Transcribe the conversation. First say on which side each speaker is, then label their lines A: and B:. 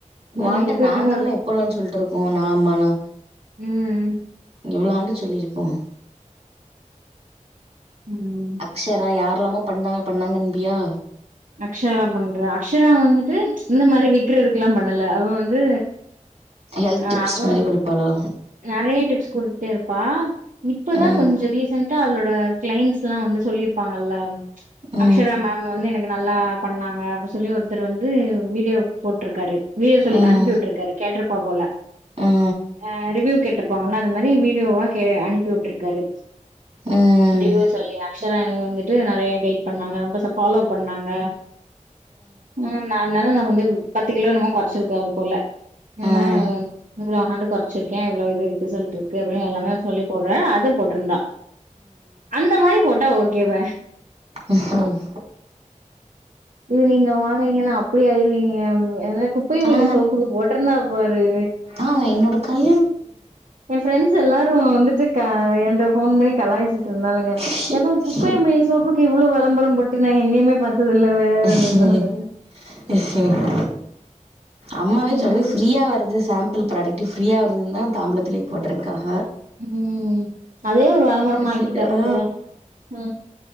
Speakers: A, on the right; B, on the right.
A: ஆ
B: ஓன்ட்ட
A: இப்ப
B: நாங்கல்லா
A: எப்டி
B: எப்போழன் சொல்ட்ருக்கோ நா அம்மாலா
A: ம்
B: எவ்ளோ ஆண்டு சொல்லிருக்கோ
A: ம்
B: ஷரா யார்ல்லாமோ பண்ணாங்க பண்ணாங்கன்ம்பியா
A: அக்ஷரா பண்றா அக்ஷரா வந்துட்டு இந்த மாரி வி க்றதுக்குல்லா பண்ணல அவ வந்து
B: ஹெல்த்
A: ஆ
B: டிப்ஸ்
A: அவ
B: மாரி குடுப்பாளா
A: நறைய டிப்ஸ் குடுத்துட்டே இருப்பா இப்பதா
B: ம்
A: கொஞ்சோ ரீசெண்ட்டா அவளோட க்ளைண்ட்ஸ்ல்லா வந்து சொல்லிருப்பாங்கல்ல
B: ம்
A: அக்ஷரா மேம் வந்து எனக் கு நல்லா பண்ணாங்க அப்டி சொல்லி ஒருத்தர் வந்து வீடியோ போட்ருக்காரு வீடியோ சொல்லி
B: ம்
A: அனுப்பி வுட்ருக்காரு கேட்ருப்பா போல
B: ம் ம்
A: ஆ ரிவ்யூ கேட்ருப்பாங்கல்ல அந்த மாரி வீடியோவா கே அனுப்பி வுட்டுருக்காரு
B: ம்
A: டிவ சொல்லி அக்ஷரா மேம் வந்து ட்டு நறையா கைட் பண்ணாங்க ரொம்ப ச ஃபாலோ பண்ணாங்க ம் நா ஆனால நா வந்து பத்து கிலோ என்னமோ கொறச்சிருக்காரு போல என்னன்
B: ம்
A: இவ்ளோ ஹாண்டு கொறச்சிருக்கே இவ்ளோ இது இருக்கு ரிசல்ட் இருக்கு அப்டின் எல்லாமே அவர் சொல்லி போட்றா அத போட்ருந்தா அந்த மாரி போட்டா ஓகேப
B: ம் ம்
A: இது நீங்க வாங்குறீங்கன்னா அப்டி ஆயிருவீங்க அதா குப்பை மெனி
B: ஆ
A: சோப்புக்கு போட்டுருந்தா பாரு
B: ஆ என்னோட கை
A: எ ஃப்ரெண்ட்ஸ் எல்லாரு வந்துட்டு க ஏ ட்ட ஃபோன் பண்ணி கலாய்ச்சிட்ருந்தாலுங்க
B: நாங்க
A: எவ குப்பை மேனி சோப்புக்கு இவ்ளோ வெளம்பரோ போட்டு நா எங்கேயுமே பாத்தது இல்லவே அப்டின்னாளுங்க
B: செரி செரி அம்மாவே
A: ம்
B: சொல்லுது ஃப்ரீயா வருது சாம்பிள் ப்ராடக்ட் ஃரீயா வருதுன்னு தா தாம்பலத்திலயே போட்டுருக்காக
A: ம் அதயே ஒரு வெளம்பரமா
B: சி
A: ஆக்கிட்டா பாத்தியா
B: ஆ
A: ஆ